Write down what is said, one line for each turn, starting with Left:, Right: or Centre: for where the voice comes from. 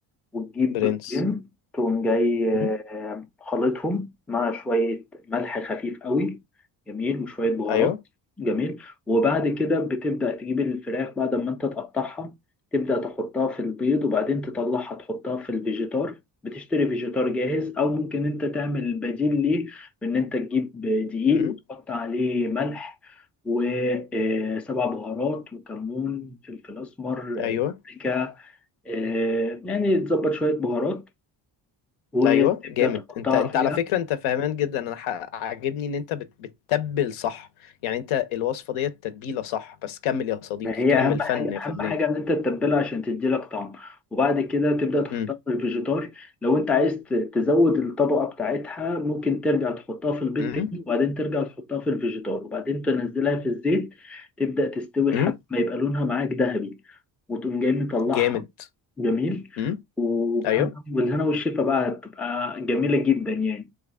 Centre: وتجيب
Left: برنس
Centre: بيضتين تقوم جاي آه،
Left: امم
Centre: خلطهم مع شوية ملح خفيف قوي جميل وشوية بهارات
Left: ايوه
Centre: جميل وبعد كده بتبدأ تجيب الفراخ بعد ما انت تقطعها تبدأ تحطها في البيض وبعدين تطلعها تحطها في الفيجيتار بتشتري فيجيتار جاهز او ممكن انت تعمل بديل ليه بان انت تجيب دقيق
Left: امم
Centre: وتحط عليه ملح وسبع بهارات وكمون فلفل اسمر
Left: ايوه
Centre: آه، بابريكا آه، يعني تظبط شوية بهارات وتبدأ
Left: ايوه جامد
Centre: تحطها
Left: انت انت
Centre: فيها
Left: على فكره انت فاهمان جدا انا ح- عاجبني ان انت بت- بتتبل صح يعني انت الوصفه ديت تتبيله صح بس كمل يا صديقي
Centre: فهي
Left: كمل
Centre: أهم
Left: فن
Centre: حاجة
Left: يا فنان
Centre: أهم حاجة إن أنت تتبلها عشان تديلك طعم وبعد كده تبدأ تحطها
Left: امم
Centre: في الفيجيتار لو أنت عايز ت- تزود الطبقة بتاعتها ممكن ترجع تحطها في البيض
Left: امم
Centre: تاني وبعدين ترجع تحطها في الفيجيتار وبعدين تنزلها في الزيت تبدأ تستوي لحد
Left: امم
Centre: ما يبقى لونها معاك ذهبي وتقوم جاي مطلعها
Left: جامد
Centre: جميل
Left: امم
Centre: وبهنا
Left: ايوه
Centre: والهنا والشفا بقى هتبقى جميلة جدا يعني